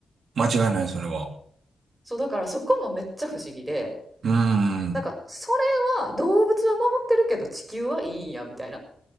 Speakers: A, on the right; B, on the right.
A: 間違いない、それは。
B: そうだからそこもめっちゃ不思議で
A: うーん。
B: なんか、それは動物は守ってるけど地球はいいんや、みたいな。